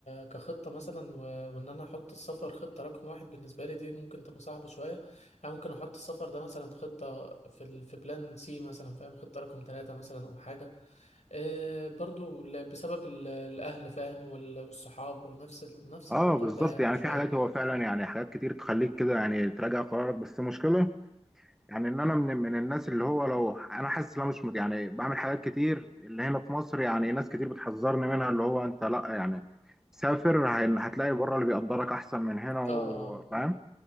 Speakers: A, on the left (about 80°); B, in the centre.
A: كخطه مثلا و... وان انا احط السفر خطه رقم واحد بالنسبه لي دي ممكن تبقى صعبه شويه يعني ممكن احط السفر ده مثلا خطه في ال... في بلان سي مثلا فاهم خطه رقم ثلاثة مثلا او حاجه إيه برضو ل... بسبب ال... الاهل فاهم وال... والصحاب ونفس ال... نفس الموضوع
B: اه بالظبط
A: ده يعني
B: يعني
A: شويه
B: في حاجات هو فعلا يعني حاجات كتير تخليك كده يعني تراجع قرارك بس المشكله يعني ان انا من من الناس اللي هو لو انا حاسس ان انا مش مت- يعني بعمل حاجات كتير اللي هنا في مصر يعني ناس كتير بتحذرني منها اللي هو انت لا يعني سافر هي- هتلاقي بره اللي بيقدرك احسن من هنا وفاهم
A: اه اه